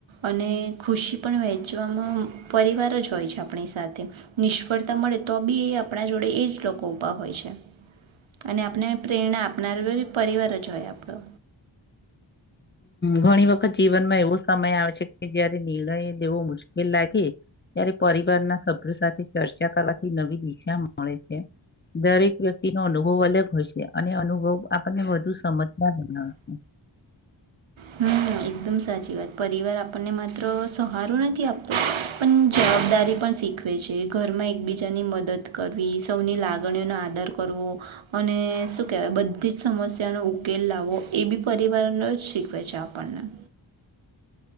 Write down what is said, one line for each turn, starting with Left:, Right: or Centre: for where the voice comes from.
Right: અને ખુશી પણ વહેંચવામાં પરિવાર જ હોય છે, આપણી સાથે નિષ્ફળતા મળે તો બી આપણા જોડે એ જ લોકો ઉભા હોય છે, અને આપણે પ્રેરણા આપનાર <unintelligible> પરિવાર જ હોય, આપણો
Left: ઘણી વખત જીવનમાં એવો સમય આવે છે, કે જયારે નિર્ણય લેવો મુશ્કેલ લાગે ત્યારે પરિવારના સભ્યો સાથે ચર્ચા કરવાથી નવી દિશા મળે છે. દરેક વ્યક્તિ નો અનુભવ અલગ હોય છે, અને અનુભવ આપણને વધુ સમજદાર બનાવે છે. <unintelligible>
Right: હમ, એકદમ સાચી વાત પરિવાર આપણને માત્ર સહારો નથી, આપતો પણ જવાબદારી પણ શીખવે છે, ઘરમાં એકબીજાની મદદ કરવી સૌની લાગણીઓનો આધાર કરવો અને શું કહેવાય બધી જ, સમસ્યાનો ઉકેલ લાવો એ બી પરિવારનો જ શીખ ઉપજ પણણ